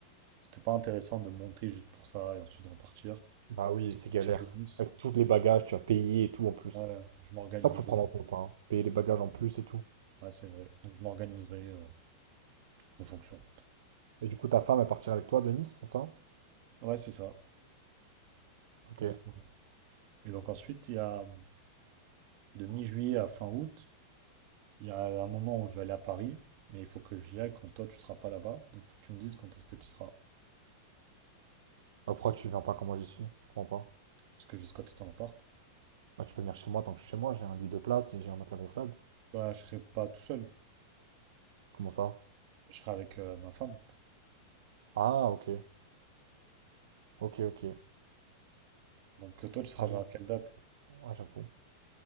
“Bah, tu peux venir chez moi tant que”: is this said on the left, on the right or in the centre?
Right